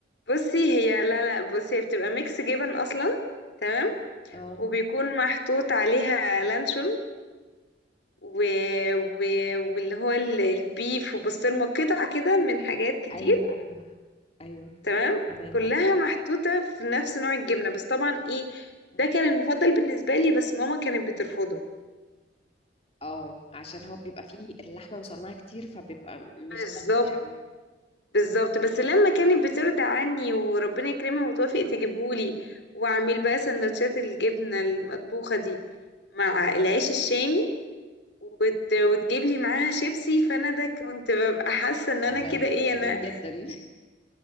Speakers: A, on the left; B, on the left.
A: بصي هي لا لا بصي هي بتبقى ميكس جبن اصلا تمام
B: اه
A: وبيكون محطوط عليها لانشون و... و... واللي هو ال- البيف وبسطرمه قطع كده من حاجات كتير
B: ايوه ايوه ايوه
A: تمام
B: تمام
A: كلها
B: عارفه
A: محطوطة في نفس نوع الجبنة بس طبعا ايه ده كان المفضل بالنسبة لي بس ماما كانت بترفضه
B: اه عشان هو بيبقى فيه اللحمه مصنعه كتير فبيبقى
A: بالظبط
B: مش فانسي قوي
A: بالظبط بس لما كانت بترضى عني وربنا يكرمها وتوافق تجيبهولي واعمل بقى سندوتشات الجبنة المطبوخة دي مع العيش الشامي وت... وتجيب لي معاها شيبسي فانا ده كنت ببقى حاسة ان انا
B: انا
A: كده
B: كده
A: ايه
B: تمام
A: انا
B: جدا <laughs>